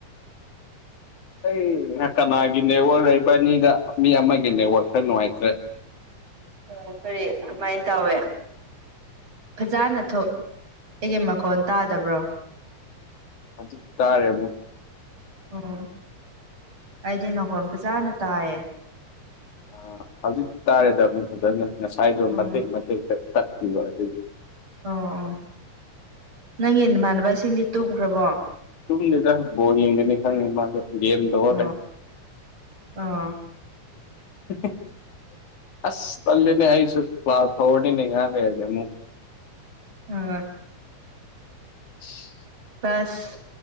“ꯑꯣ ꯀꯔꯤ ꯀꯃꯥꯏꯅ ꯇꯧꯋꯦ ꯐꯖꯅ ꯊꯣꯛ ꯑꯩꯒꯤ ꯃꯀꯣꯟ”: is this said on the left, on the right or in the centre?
Right